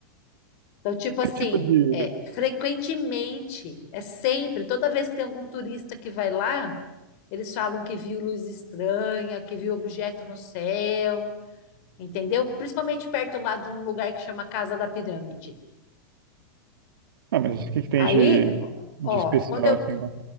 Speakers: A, on the left; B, on the right.
A: Então, tipo assim,
B: Que tipo de
A: é, frequentemente, é sempre, toda vez que tem algum turista que vai lá, eles falam que viu luz estranha, que viu objeto no céu, entendeu? Principalmente perto lá de um lugar que chama Casa da Pirâmide.
B: Ah, mas o que que tem
A: Aí,
B: de, de
A: ó,
B: especial
A: quando eu,
B: assim lá?